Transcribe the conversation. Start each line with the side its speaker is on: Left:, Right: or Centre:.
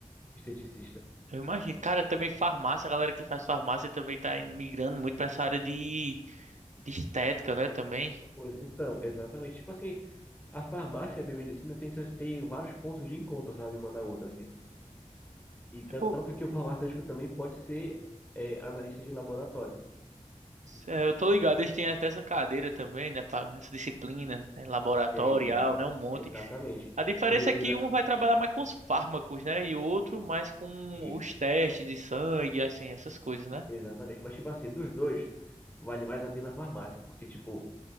Left: esteticista.
Right: Eu imagino. Cara, também farmácia, a galera que faz farmácia também tá in- migrando muito pra essa área de, de estética, né? Também.
Left: Pois então, exatamente. Tipo assim, a farmácia e a biomedicina tem, seus- tem vários pontos de encontro, sabe, uma da outra, assim. E
Right: Tipo,
Left: tan- tanto que o farmacêutico também pode ser é, analista de laboratório. Hum.
Right: é, eu tô ligado, eles têm até essa cadeira também, né? pra- Essa disciplina, né, laboratorial,
Left: Tem, tem.
Right: né? Um monte.
Left: Exatamente.
Right: A diferença
Left: E, e
Right: é que
Left: na-
Right: um vai trabalhar mais com os fármacos, né? E o outro mais com
Left: isso,
Right: os testes de sangue, assim, essas coisas, né?
Left: exatamente. Mas, tipo assim, dos dois, vale mais a pena a farmácia, porque, tipo,